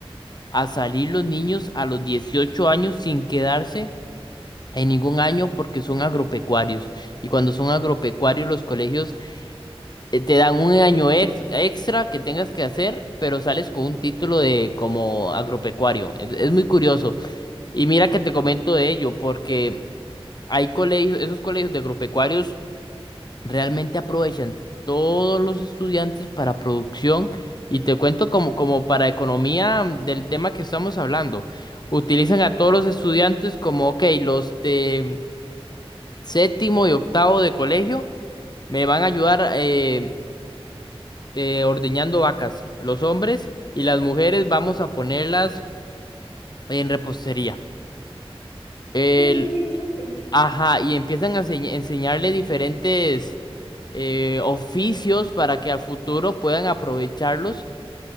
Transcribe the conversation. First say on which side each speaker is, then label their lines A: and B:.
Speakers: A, on the left; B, on the left.
A: a salir los niños a los 18 años sin quedarse en ningún año porque son agropecuarios. Y cuando son agropecuarios, los colegios eh, te dan un año ex- extra que tengas que hacer, pero sales con un título de como agropecuario. Es, es muy curioso. Y mira que te comento de ello, porque hay colegios, esos colegios de agropecuarios realmente aprovechan todos los estudiantes para producción. Y te cuento como, como para economía mm, del tema que estamos hablando. Utilizan a todos los estudiantes como, ok, los de séptimo y octavo de colegio me van a ayudar. eh, eh, ordeñando vacas, los hombres y las mujeres vamos a ponerlas en repostería. El-
B: Oye, qué interesante.
A: ajá, y empiezan a enseñ- enseñarle diferentes eh, oficios para que al futuro puedan aprovecharlos.